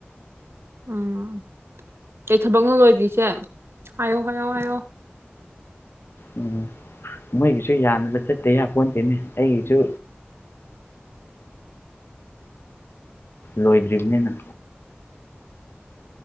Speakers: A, on the right; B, on the left.
A: ꯎꯝ ꯀꯩ ꯊꯕꯛꯅꯣ ꯂꯣꯏꯗ꯭ꯔꯤꯁꯦ ꯍꯥꯏꯌꯣ ꯍꯥꯏꯌꯣ ꯍꯥꯏꯌꯣ
B: ꯎꯝ ꯃꯣꯏꯒꯤꯁꯨ ꯌꯥꯅꯗ ꯆꯠꯇ ꯌꯥꯄꯣꯟꯇꯦꯅꯦ ꯑꯩꯒꯤꯁꯨ ꯂꯣꯏꯗ꯭ꯔꯤꯅꯤꯅ